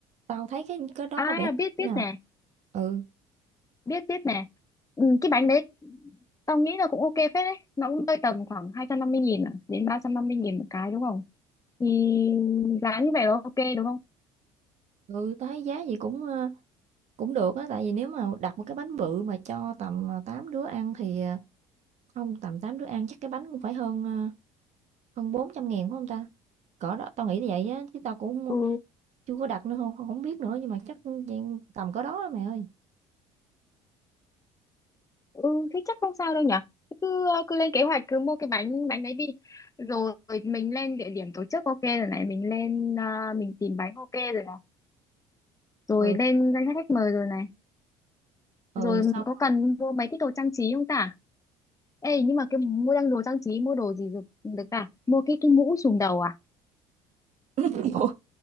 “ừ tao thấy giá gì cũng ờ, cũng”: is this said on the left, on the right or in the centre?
Right